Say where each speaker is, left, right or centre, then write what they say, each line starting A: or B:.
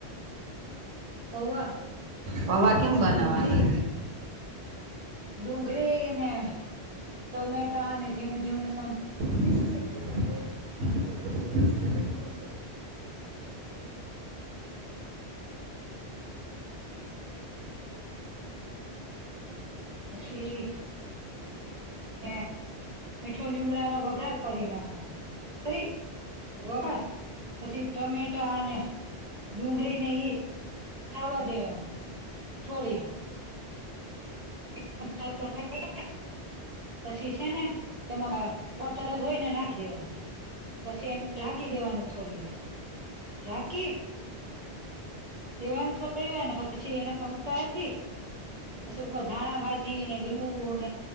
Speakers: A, on the right (about 50°); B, on the right (about 75°).
A: પૌવા.
B: હવા
A: અને
B: કેમ બનાવાના.
A: ડુંગળી ડુંગળી ને ટમેટાને ઝીણું-ઝીણું સ
B: <inaudible> હમ.
A: પછી ને મીઠો લીમડાનો વઘાર કરી નાખવાનો કરી. વઘાર, પછી ટમેટાને ડુંગળી ને ઈ થાવા દેવાનું થોડી વાર. <inaudible> પછી શે ને એમાં પતર ધોઈને નાખી દેવાના. પસી એને ઢાંકી દેવાનું થોડીવાર ઢાંકી. દેવાન થોડીવાર ને પછી એને ઉતારી પછી ઉપર ધાણાભાજીને લીંબુને